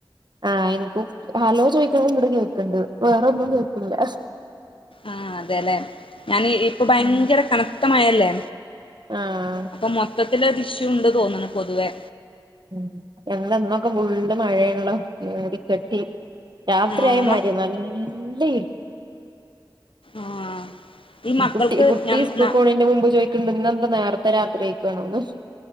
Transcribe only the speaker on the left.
ആഹ് അതെല്ലെ ഞാന് ഇ പ്പം ഭയങ്കര കനത്തമയല്ലേ
അപ്പൊ മൊത്തത്തിലൊര് ഇഷ്യൂണ്ട് തോന്ന്ണ് പൊതുവേ.
ആഹ് മ
ആഹ്. ഈ
മക്കൾക്ക്
ഞം
ന